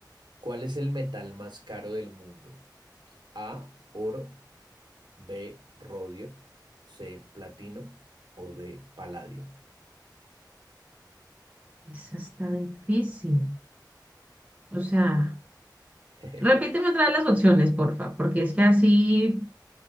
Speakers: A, on the right; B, on the right.
A: ¿Cuál es el metal más caro del mundo? A, oro, B, rodio, C, platino o D, paladio.
B: eso está difícil. O sea,
A: <laughs>
B: repíteme otra vez las opciones, porfa, porque es que así,